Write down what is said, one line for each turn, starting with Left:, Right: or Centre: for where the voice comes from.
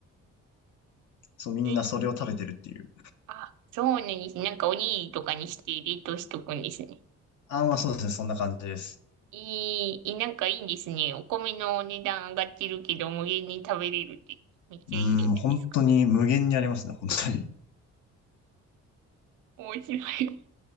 Left: <laughs> そう、みんなそれを食べてるっていう。
Right: ーえあ、そうなんです。なんかおにぎりとかにして冷凍しとくんですね。
Left: ああ、まあそうですね。そんな感じです。
Right: いい、いなんかいいですね。お米の値段上がってるけど、無限に食べれるって、めっちゃいいじゃないですか。
Left: うん、本当に無限にありますね、本当に。
Right: 面白い。